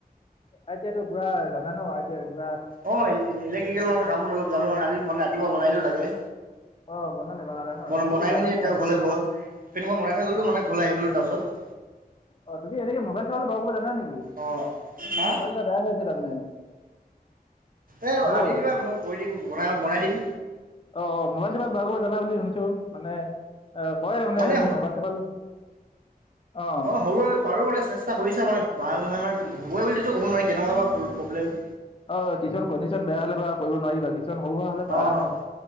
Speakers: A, on the left; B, on the right.
A: আইতিয়াতো পুৰা জানা ন? <unintelligible>
B: অঁ ইলেক্ট্ৰিকেল মানে কামবোৰ অলপ জানো মানে, আজি মানে ৰাতিপুৱা বনাই দিলো তাকে,
A: অ' বনালে বনালে ন
B: বনাই
A: তুমিতো জানাই
B: মেলি এতিয়া
A: ন
B: ঘৰলে গ'ল সেইসেনাখন বনাই থৈ গ'লো মানে ঘৰলৈ আহি গলো তাৰপিছত।
A: অ' তুমি এনেকে মোৱাইল চুবাইল বাৰু কৰিব জানা নেকি?
B: অ' হা
A: মোৰ ম'বাইল এটা বেয়া হৈ আছে তাৰমানে,
B: এই
A: হেল্ল।
B: আনি দিবা মই কৰি দিম, বনাই বনাই দিম।
A: অ অ মোবাইল চোবাইল বাৰু কৰিব জানা বুলি শুনিছোঁ মানে অ কয় তাৰমানে
B: মানে
A: এইটো মোবাইল চোবাইল। অহ।
B: সৰু আৰু পাৰোঁ মানে চেষ্টা কৰিছা মানে ভাল নহয় মানে হ'বই বুলিতো ক'ব নোৱাৰি কেনেকুৱা প্ৰব্লেম।
A: অ কিছুমান কণ্ডিশ্যন বেয়া হ'লে বাৰু কৰিব নোৱাৰিবা কিছুমান সৰু সুৰা হ'লে পাৰা
B: অ'
A: ন।